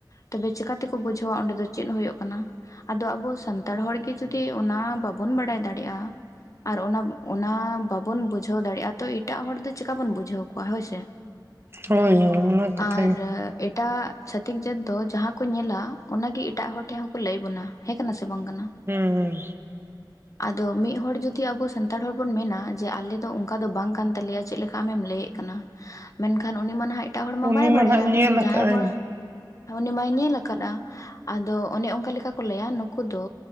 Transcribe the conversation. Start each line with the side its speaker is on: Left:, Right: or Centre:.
Left: ᱛᱚᱵᱮ ᱪᱮᱠᱟ ᱛᱮᱠᱚ ᱵᱩᱡᱷᱟᱹᱣᱟ ᱚᱸᱰᱮ ᱫᱚ ᱪᱮᱫ ᱦᱩᱭᱩᱜ ᱠᱟᱱᱟ ᱟᱫᱚ ᱟᱵᱚ ᱥᱟᱱᱛᱟᱲ ᱦᱚᱲᱜᱮ ᱡᱩᱫᱤ ᱚᱱᱟ ᱵᱟᱵᱚᱱ ᱵᱟᱰᱟᱭ ᱫᱟᱲᱮᱜᱼᱟ᱾ ᱟᱨ ᱚᱱᱟ ᱚᱱᱟ ᱵᱟᱵᱚᱱ ᱵᱩᱡᱷᱟᱹᱣ ᱫᱟᱲᱮᱭᱟᱜᱼᱟ ᱛᱚ ᱮᱴᱟᱜ ᱦᱚᱲ ᱫᱚ ᱪᱮᱠᱟ ᱵᱚᱱ ᱵᱩᱡᱷᱟᱹᱣ ᱠᱚᱣᱟ ᱦᱚᱭ ᱥᱮ᱾
Right: ᱦᱳᱭ ᱦᱳᱭ ᱚᱱᱟ ᱠᱟᱛᱷᱟ
Left: ᱟᱨ
Right: ᱜᱮ
Left: ᱮᱴᱟᱜ ᱪᱷᱟᱹᱛᱤᱠ ᱡᱟᱹᱛ ᱫᱚ ᱡᱟᱦᱟᱸ ᱠᱚ ᱧᱮᱞᱟ ᱚᱱᱟ ᱜᱮ ᱮᱴᱟᱜ ᱦᱚᱲ ᱴᱷᱮᱱ ᱦᱚᱸᱠᱚ ᱞᱟᱹᱭ ᱵᱚᱱᱟ, ᱦᱮᱸ ᱠᱟᱱᱟ ᱥᱮ ᱵᱟᱝ ᱠᱟᱱᱟ?
Right: ᱦᱩᱸ ᱦᱩᱸ᱾
Left: ᱟᱫᱚ ᱢᱤᱫ ᱦᱚᱲ ᱡᱩᱫᱤ ᱟᱵᱚ ᱥᱟᱱ ᱛᱟᱲ ᱦᱚᱲ ᱵᱚᱱ ᱢᱮᱱᱟ ᱡᱮ ᱟᱞᱮ ᱫᱚ ᱚᱝᱠᱟ ᱫᱚ ᱵᱟᱝ ᱠᱟᱱ ᱛᱟᱞᱮᱭᱟ ᱪᱮᱫ ᱞᱮᱠᱟ ᱟᱢᱮᱢ ᱞᱟᱹᱭᱮᱜ ᱠᱟᱱᱟ᱾ ᱢᱮᱱᱠᱷᱟᱱ ᱩᱱᱤ ᱢᱟ ᱱᱟᱦᱟᱜ ᱮᱴᱟᱜ ᱦᱚᱲ ᱢᱟ
Right: ᱩᱱᱤ
Left: ᱵᱟᱭ ᱵᱟᱰᱟᱭᱟ
Right: ᱱᱟᱦᱟᱜ ᱧᱮᱞ
Left: ᱡᱟᱦᱟᱸᱭ
Right: ᱟᱠᱟᱜᱼᱟᱭ
Left: ᱵᱚ ᱦᱟᱹᱱᱤ ᱢᱟᱭ ᱧᱮᱞ ᱟᱠᱟᱫᱼᱟ, ᱟᱫᱚ ᱚᱱᱮ ᱚᱝᱠᱟ ᱞᱮᱠᱟ ᱠᱚ ᱞᱟᱹᱭᱟ ᱱᱩᱠᱩ ᱫᱚ